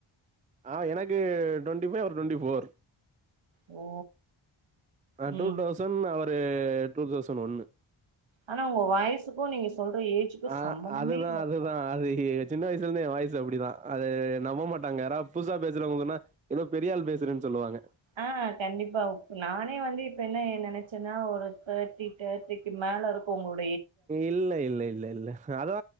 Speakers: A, on the right; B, on the right.
A: ஆஹ் எனக்கு டொண்ட்டி ஃபைவ் டொண்ட்டி ஃபோர்
B: ஓ
A: ஆ
B: ம்
A: டூ டௌசன் ஒரு டூ தௌசண் ஒன்னு
B: ஆனா உங்க வாய்சுக்கூ நீங்க சொல்ற ஏஜ்கூ
A: ஆ
B: சம்பந்தமேலங்க
A: அதுதா அதுதா அது சின்ன வயசுல இருந்தே என் வாய்சு அப்டிதா அது நம்பமாட்டாங்க யாரா புதுசா பேசுறவங்கனா ஏதோ பெரியாள் பேசுறனு சொல்லுவாங்க
B: ஆஹ் கண்டிப்பா இப் நானே வந்து இப்ப என்ன நெனச்ச ச்னா ஒரு தேர்ட்டி தேர்ட்டிக்கு மேலருக் <unintelligible>
A: இல்ல இல்ல இல்ல இல்ல அதா